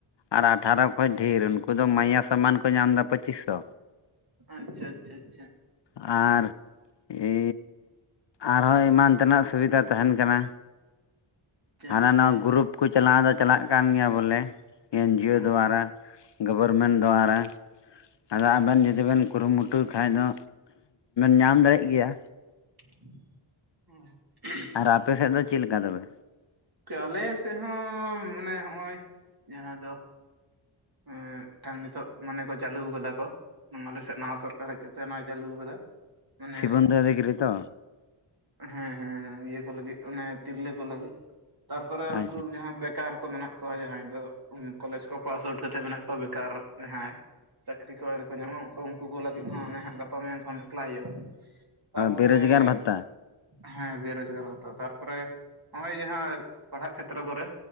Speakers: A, on the left (about 55°); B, on the right (about 45°).
A: ᱟᱨ ᱟᱴᱷᱟᱨᱚ ᱠᱷᱚᱡ ᱰᱷᱮᱨ ᱩᱱᱠᱩ ᱫᱚ ᱢᱟᱭᱭᱟ ᱥᱟᱢᱟᱱ ᱠᱚ ᱧᱟᱢ ᱮᱫᱟ ᱯᱚᱸᱪᱤᱥ ᱥᱚ
B: ᱟᱪᱪᱷᱟ ᱟᱪᱪᱷᱟ ᱟᱪᱪᱷᱟ
A: ᱟᱨ ᱮ ᱟᱨᱦᱚᱸ ᱮᱢᱟᱱ ᱛᱮᱱᱟᱜ ᱥᱩᱵᱤᱫᱟ ᱛᱟᱦᱮᱱ ᱠᱟᱱᱟ ᱦᱟᱱᱟ
B: ᱟᱪᱪᱷᱟ
A: ᱱᱟᱣᱟ ᱜᱨᱩᱯ ᱠᱚ ᱪᱟᱞᱟᱣ ᱫᱚ ᱪᱟᱞᱟᱜ ᱠᱟᱱ ᱜᱮᱭᱟ ᱵᱚᱞᱮ ᱮᱱᱡᱤᱭᱳ
B: ᱦᱚᱸ
A: ᱫᱚᱣᱟᱨᱟ ᱜᱚᱵᱚᱨᱢᱮᱱᱴ ᱫᱚᱣᱟᱨᱟ ᱟᱫᱚ ᱟᱵᱮᱱ
B: ᱟᱪᱪᱷᱟ
A: ᱡᱩᱫᱤ
B: ᱟᱪᱪᱷᱟ
A: ᱵᱮᱱ ᱠᱩᱨᱩᱢᱩᱴᱩᱭ ᱠᱷᱟᱡ ᱫᱚ ᱧᱟᱢ ᱫᱟᱲᱮᱜ ᱜᱮᱭᱟ
B: <inaudible>
A: ᱟᱨ ᱟᱯᱮᱥᱮᱫ ᱫᱚ ᱪᱮᱫ ᱞᱮᱠᱟ ᱛᱚᱵᱮ
B: ᱟᱞᱮ ᱥᱮᱫ ᱦᱚᱸ ᱢᱟᱱᱮ ᱦᱚᱜᱼᱚᱭ ᱡᱟᱦᱟᱸ ᱫᱚ ᱮᱸ ᱢᱤᱫᱴᱟᱝ ᱱᱤᱛᱚᱜ ᱢᱟᱱᱮ ᱠᱚ ᱪᱟᱹᱞᱩ ᱠᱟᱫᱟ ᱠᱚ ᱟᱞᱮ ᱥᱮᱫ ᱱᱟᱣᱟ ᱥᱚᱨᱠᱟᱨ ᱦᱮᱡ ᱠᱟᱛᱮᱜ ᱱᱚᱜ ᱚᱭ ᱪᱟᱹᱞᱩ ᱠᱟᱫᱟ ᱢᱟᱱᱮ
A: ᱥᱤᱵᱚᱱᱫᱚ ᱚᱫᱷᱤᱠᱟᱨᱤ ᱛᱚ
B: ᱦᱮᱸ ᱦᱮᱸ ᱦᱮᱸ ᱤᱭᱟᱹ ᱠᱚ ᱞᱟᱹᱜᱤᱫ ᱚᱱᱮ ᱛᱤᱨᱞᱟᱹ ᱠᱚ ᱞᱟᱹᱜᱤᱫ ᱛᱟᱨᱯᱚᱨᱮ
A: ᱟᱪᱪᱷᱟ
B: ᱩᱱᱠᱩ ᱡᱟᱦᱟᱸᱭ ᱵᱮᱠᱟᱨ ᱠᱚ ᱢᱮᱱᱟᱜ ᱠᱚᱣᱟ ᱡᱟᱦᱟᱸᱭ ᱫᱚ ᱠᱚᱞᱮᱡᱽ ᱠᱚ ᱯᱟᱥ ᱟᱣᱩᱴ ᱠᱟᱛᱮ ᱢᱮᱱᱟᱜ ᱠᱚᱣᱟ ᱵᱮᱠᱟᱨ ᱡᱟᱦᱟᱸᱭ ᱪᱟᱹᱠᱨᱤ ᱠᱚ ᱟᱣᱨᱤ ᱠᱚ ᱧᱟᱢᱟ ᱩᱱᱠᱩ ᱠᱚ ᱞᱟᱹᱜᱤᱫ ᱦᱚᱸ ᱚᱱᱮ ᱦᱟᱸᱜ ᱜᱟᱯᱟ ᱢᱮᱭᱟᱝ ᱠᱷᱚᱱ ᱮᱯᱞᱟᱭ ᱦᱩᱭᱩᱜᱼᱟ ᱛᱟᱨᱯᱚᱨᱮ
A: ᱵᱮᱨᱳᱡᱽᱜᱟᱨ ᱵᱷᱟᱛᱟ
B: ᱦᱮᱸ ᱵᱮᱨᱚᱡᱽᱜᱟᱨ ᱵᱷᱟᱛᱟ ᱛᱟᱨᱯᱚᱨᱮ ᱱᱚᱜᱼᱚᱭ ᱡᱟᱦᱟᱸ ᱯᱟᱲᱦᱟᱜ ᱠᱷᱮᱛᱨᱚ ᱠᱚᱨᱮ